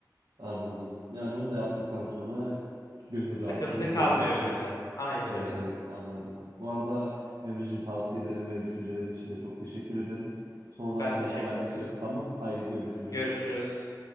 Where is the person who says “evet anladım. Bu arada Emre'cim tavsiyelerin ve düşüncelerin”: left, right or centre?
Right